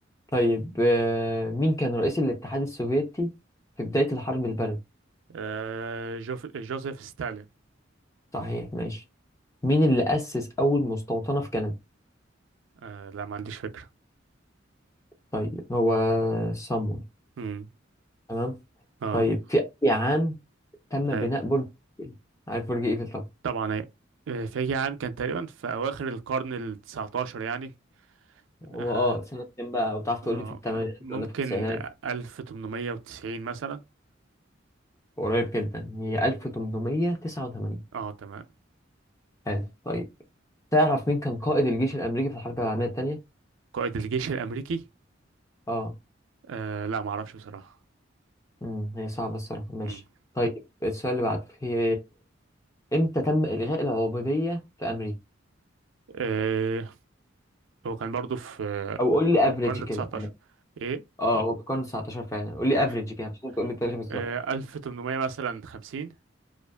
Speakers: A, on the left; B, on the right.
A: طيب آه، مين كان رئيس الاتحاد السوفيتي في بداية الحرب الباردة
B: آه جوف... جوزيف ستالين
A: صحيح ماشي مين اللي أسس أول مستوطنة في كندا
B: آه لا ما عنديش فكرة
A: طيب هو صامويل
B: امم
A: تمام
B: اه
A: طيب في أي عام تم
B: اي
A: بناء برج إيفل عارف برج إيفل طبعا
B: طبعا اي آه، في أي عام كان تقريبا في أواخر القرن التسعتاشر يعني
A: هو
B: آه
A: اه سنة كام بقى أو تعرف تقول
B: آه
A: لي في الثمانينات
B: ممكن
A: ولا في التسعينات
B: 1890 مثلا
A: قريب جدا هي 1889
B: اه تمام
A: حلو طيب تعرف مين كان قائد الجيش الأمريكي في الحرب العالمية الثانية؟
B: قائد الجيش الأمريكي
A: اه
B: آه لا ما اعرفش بصراحة
A: امم هي صعبة الصراحة ماشي
B: مم.
A: طيب السؤال اللي بعده هي امتى تم إلغاء العبودية في أمريكا؟
B: آه هو كان برضو في آه،
A: أو قول لي
B: في
A: افريج
B: القرن
A: كده
B: التسعتاشر
A: يعني
B: ايه
A: اه هو في القرن 19 فعلا قول لي
B: ماشي
A: افريج كده مش لازم تقول لي التاريخ بالظبط
B: آه 1800 مثلا 50